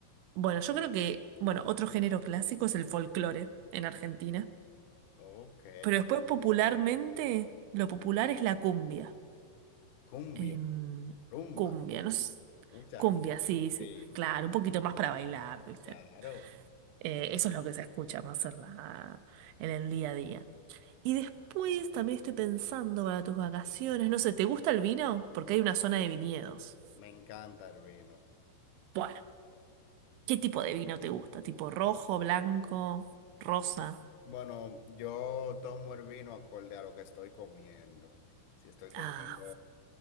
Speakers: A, on the right; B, on the left.
A: bueno, yo creo que, bueno, otro género clásico es el folclore en Argentina,
B: Ok,
A: pero después popularmente lo popular es la cumbia.
B: cumbia,
A: Em,
B: rumba,
A: cumbia, no sé.
B: mucha
A: Cumbia,
B: rumba.
A: sí,
B: Sí.
A: sí. Claro, un poquito más para bailar, ¿viste?
B: Claro,
A: Eh, eso es lo que se escucha más en la, en el día a día. Y después también estoy pensando para tus vacaciones, no sé, ¿te gusta el vino? Porque hay una zona de viñedos.
B: me encanta el vino.
A: Bueno, ¿qué tipo de vino te gusta? ¿Tipo rojo, blanco, rosa?
B: Bueno, yo tomo el vino acorde a lo que estoy comiendo. Si estoy comiendo
A: Ah,